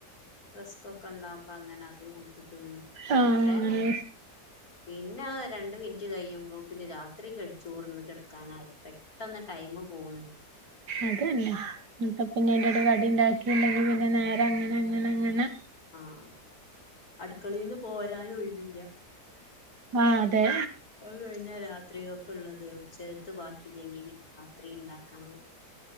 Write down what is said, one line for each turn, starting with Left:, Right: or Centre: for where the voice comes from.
Left: റെസ്ക്കൊക്കെ ഉണ്ടാവുമ്പോ അങ്ങനെ അതും കൂട്ടി തീന്നും.
Right: ആഹ്
Left: അത്രന്നെ
Right: അങ്ങനെ
Left: പിന്നെ രണ്ട് മിനിറ്റ് കഴിയുമ്പോക്കിന് രാത്രി കെട് ചോറ്ന്ന് കെട്ക്കാനായി പെ ട്ടന്ന് ടൈം പോവ്ണ്
Right: അതന്നെ ഇൻതപം പിന്നെ അയിന്റെടെ കടി ഉണ്ടാക്കിണ്ടെങ്കി പിന്നെ നേരെ അങ്ങനെ അങ്ങനെ അങ്ങനെ
Left: ആഹ് ആഹ് അടുക്കളയിന്ന് പോരാനും ഒഴിവില്ല
Right: ആഹ് അതെ
Left: അത് കഴിഞ്ഞ രാത് ത്രികക്ള്ളത് ഉച്ചകത്തെ ബാക്കില്ലെങ്കിൽ പിന്നെ രാത്രി ഉഇണ്ടാക്കണം.